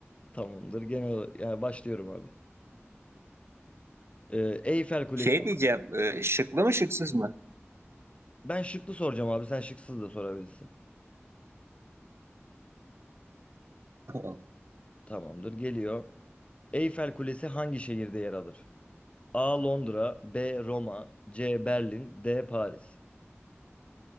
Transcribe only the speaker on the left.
Tamamdır. Genel ola- yani başlıyorum abi. E, Eyfel Kulesi.
Ben şıklı soracağım abi. Sen şıksız da sorabilirsin.
Tamamdır. Geliyor. Eyfel Kulesi hangi şehirde yer alır? A. Londra, B. Roma, C. Berlin, D. Paris.